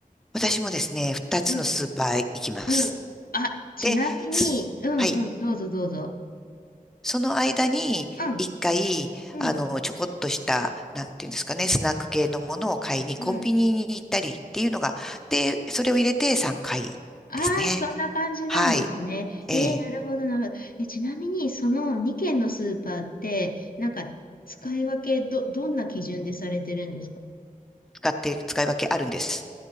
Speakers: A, in the centre; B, on the left.
A: 私もですね、2つのスーパーへ行きます。
B: うんうん。あ、ちなみに、
A: で、すはい。
B: うんうん、どうぞどうぞ。
A: その間に、
B: うん、
A: 1回、
B: うん、
A: あの、ちょこっとした、なんていうんですかね、スナック系のものを買いにコンビニに行ったりっていうのが、
B: うん。
A: で、それを入れて3回ですね。
B: ああ、そんな感じなんですね。
A: はい。ええ、
B: えー、なるほど、なるほど。え、ちなみに、その2軒のスーパーって、なんか、使い分け、ど、どんな基準でされてるんですか
A: 使って、使い分けあるんです。